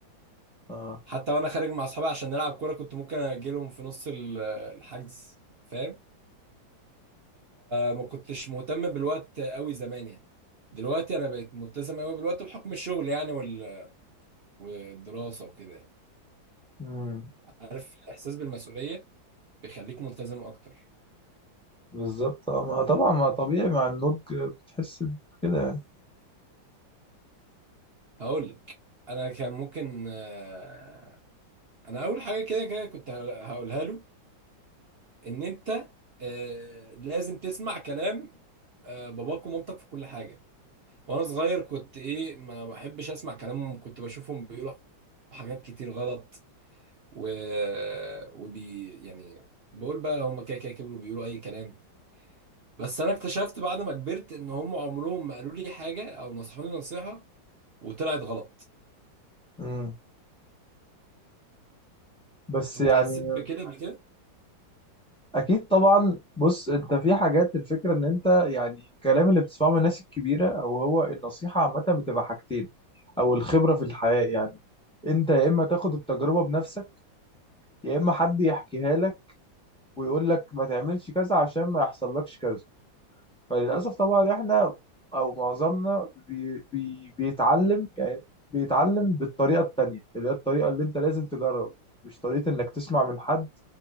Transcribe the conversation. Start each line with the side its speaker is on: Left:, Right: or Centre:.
Centre: اه
Right: حتى وانا خارج مع اصحابي عشان نلعب كوره كنت ممكن اجيلهم في نص ال- الحجز فاهم ما كنتش مهتم بالوقت قوي زمان يعني دلوقتي انا بقيت ملتزم قوي بالوقت بحكم الشغل يعني وال... والدراسه وكده يعني.
Centre: امم
Right: عارف الاحساس بالمسؤوليه بيخليك ملتزم اكتر
Centre: بالظبط آه، ما طبعا ما طبيعي مع النضج بتحس بكده يعني
Right: هقول لك انا كان ممكن آه، انا اول حاجه كده كده كنت هقولها له ان انت آه، لازم تسمع كلام آه، باباك ومامتك في كل حاجه وانا صغير كنت ايه ما بحبش اسمع كلامهم كنت بشوفهم بيقولوا حاجات كتير غلط و... وبي يعني بقول بقى هم كده كده كبروا بيقولوا اي كلام بس انا اكتشفت بعد ما كبرت ان هم عمرهم ما قالوا لي حاجه او نصحوني نصيحه وطلعت غلط
Centre: امم بس
Right: انت
Centre: يعني
Right: حسيت بكده قبل كده
Centre: اكيد طبعا بص انت في حاجات الفكره ان انت يعني الكلام اللي بتسمعه من الناس الكبيره او هو النصيحه عامه بتبقى حاجتين او الخبره في الحياه يعني انت يا اما تاخد التجربه بنفسك يا اما حد يحكيها لك ويقول لك ما تعملش كذا عشان ما يحصل لكش كذا فللأسف طبعا احنا او معظمنا بي بي بيتعلم يعني بيتعلم بالطريقة التانية اللي هي الطريقة اللي انت لازم تجرب مش طريقة انك تسمع من حد